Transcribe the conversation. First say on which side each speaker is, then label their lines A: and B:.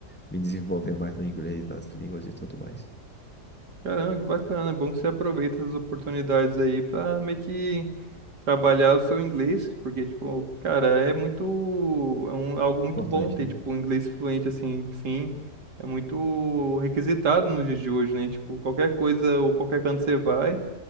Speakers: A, in the centre; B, on the right.
A: me desenvolver mais no inglês, nas línguas e tudo mais.
B: Caramba, que bacana. É bom que você aproveita essas oportunidades aí pra meio que trabalhar o seu inglês, porque, tipo, cara, é muito, é um, algo muito
A: Importante,
B: bom ter,
A: né?
B: tipo, um inglês fluente, assim, sim, é muito requisitado nos dias de hoje, né? Tipo, qualquer coisa ou qualquer canto você vai,